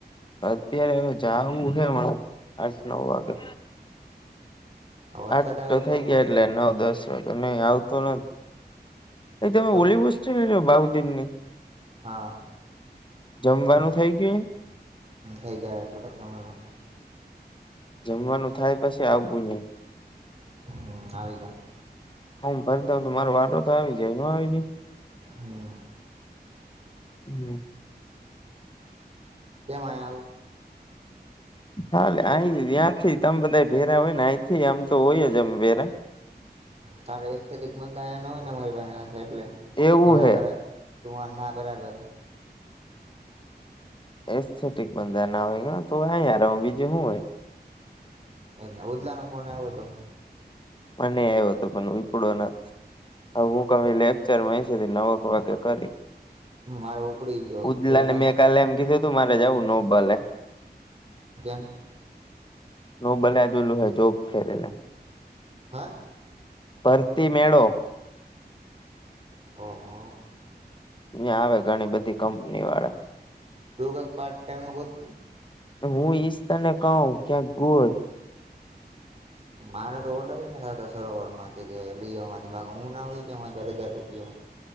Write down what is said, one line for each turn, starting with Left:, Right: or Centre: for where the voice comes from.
Left: અત્યારે હવે જવું <unintelligible> આઠ નવ વાગે.
Right: વરસાદ
Left: આઠ
Right: આવે
Left: <unintelligible> થઈ
Right: ખમી
Left: ગયા
Right: છે
Left: એટલે
Right: ને
Left: નવ દસ. નહી આવતો નથી એ તમે
Right: તો
Left: ઓલી બુસ છો ને બાઉ દિનની.
Right: હા.
Left: જમવાનું થઇ ગયું.
Right: થઈ જાય થોડાક સમયમાં.
Left: જમવાનું થાય પછી આ <unintelligible>
Right: હમ <unintelligible>
Left: હમ ભરી <unintelligible> તો મારો વાટ તો આવી જાય ન આવી જાય.
Right: હમ
Left: <inaudible>
Right: કે મા આવું.
Left: હાલે આ ત્યાંથી તમ બધા ભેરા હોય ને અહીથી આમ તો હોય જ અમ ભેરા.
Right: તારે <inaudible> ન હોય ને અરી પાસે પાસે એટલે
Left: એવું
Right: <unintelligible>
Left: હે
Right: તુંર ના બરાબર.
Left: એથેટિક બંધા ના હોય તો યાર હ બીજું <unintelligible> હોય.
Right: એ ઉદલાનો ફોન આવ્યો હતો.
Left: મને આવ્યો તો પણ ઉપડો ન. હ હું કમે લેક્ચર <unintelligible> છે, નવક વાગ્યે કરી.
Right: મારે ઉપડી ગયો
Left: ઉદલા
Right: તો
Left: ને
Right: બસ
Left: મેં કાલે એમ કીધું તું મારે જવું નોબલે
Right: કેમ
Left: નો બલે જોેલું હે જોગ ફેરેલા
Right: હા
Left: પરતી મેળો
Right: ઓહો
Left: અહીં આવે ઘણી બધી કંપની વાળા
Right: યોગા પાર્ટ ટાઈમનો હોત નહી
Left: હું ઈશતા ને કહું ક્યાં ગોર
Right: મારે તો ઓર્ડર લઈને હતા સરોવર માંથી કે લિઓમાંથી બા હું ના કેમ હજાર હજાર રૂપિયો